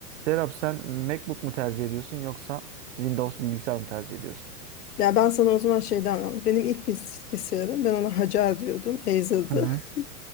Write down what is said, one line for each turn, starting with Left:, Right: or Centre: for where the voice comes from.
Right: Serap sen MacBook mu tercih ediyorsun yoksa Windows bilgisayar mı tercih ediyorsun?
Left: Ya ben sana o zaman şeyden anladım. Benim ilk bilgisayarım ben ona Hacer diyordum. Acer'dı.
Right: Hı hı.
Left: <laughs>